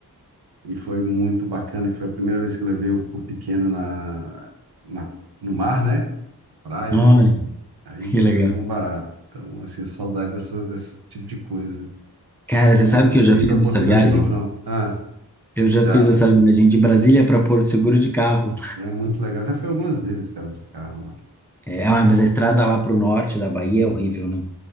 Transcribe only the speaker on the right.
e foi muito bacana, que foi a primeira vez que eu levei o, o pequeno na, na, no mar, né? Praia,
aí
foi um barato. Então, assim, saudade dessa, desse tipo de coisa.
Mas
eu
não queria
ir para Porto
Seguro
de novo, não. Ah,
já.
É muito legal. Já foi algumas vezes, cara, de carro lá.